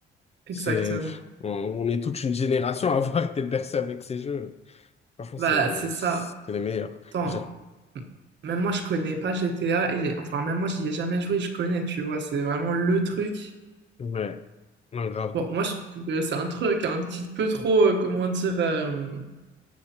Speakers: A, on the right; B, on the left.
A: Exactement.
B: C'est, on, on est toute une génération à avoir <laughs> été bercé avec ces jeux. Franchement,
A: Bah,
B: c'est,
A: c'est ça.
B: c'est les meilleurs.
A: Attends,
B: J'a-
A: m- même moi je connais pas GTA et enfin même moi j'y ai jamais joué, je connais, tu vois, c'est vraiment le truc.
B: Ouais, non, grave.
A: Bon, moi je trouve que c'est un truc un petit peu trop, euh, comment dire, euh,